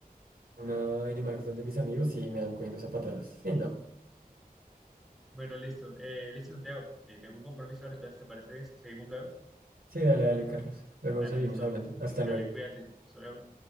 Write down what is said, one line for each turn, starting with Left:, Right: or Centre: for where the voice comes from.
Right: una Nmax donde mis amigos y me dan cogiendo zapatadas. Sí, no.
Centre: Bueno, listo, eh, listo, Santiago, eh, tengo un compromiso ahora, entonces, ¿te parece bien si seguimos luego?
Right: Sí, dale, dale, Carlos. Luego
Centre: Dale,
Right: seguimos
Centre: listo,
Right: hablando. Hasta
Centre: dale,
Right: luego.
Centre: cuídate, solo